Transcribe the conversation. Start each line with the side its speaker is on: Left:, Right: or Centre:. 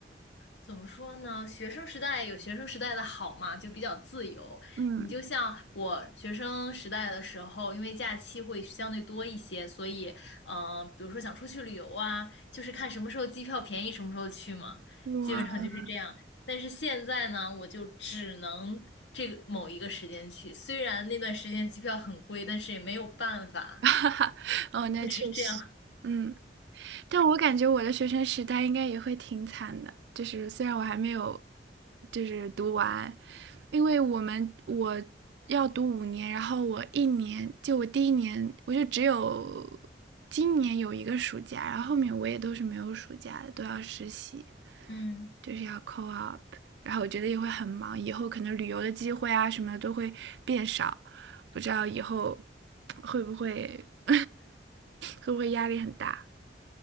Left: 怎么说呢？学生时代有学生时代的好嘛，就比较自由。
Right: 嗯
Left: 你就像我学生时代的时候，因为假期会相对多一些，所以，嗯、比如说想出去旅游啊，就是看什么时候机票便宜，什么时候去嘛，
Right: 哇，
Left: 基本上就是这样。但是现在呢，我就只能这个某一个时间去，虽然那段时间机票很贵，但是也没有办法，
Right: <laughs> 哦，那确实，
Left: 就是这样。
Right: 嗯，但我感觉我的学生时代应该也会挺惨的，就是虽然我还没有，就是读完，因为我们我要读五年，然后我一年，就我第一年，我就只有今年有一个暑假，然后后面我也都是没有暑假的，都要实习。
Left: 嗯。
Right: 就是要 co u p 然后我觉得也会很忙，以后可能旅游的机会啊什么的都会变少，不知道以后会不会 <laughs> 会不会压力很大？